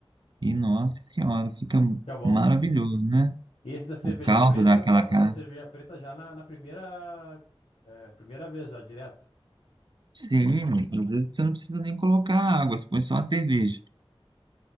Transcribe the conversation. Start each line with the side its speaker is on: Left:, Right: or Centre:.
Right: e, nossa senhora, fica
Left: fica bom.
Right: maravilhoso, né?
Left: E esse da cerveja
Right: O caldo
Left: preta,
Right: daquela
Left: tu bota
Right: carne.
Left: a cerveja preta já na, na primeira, é, primeira vez, já direto.
Right: Sim, às vezes você não precisa nem colocar água, você põe só a cerveja.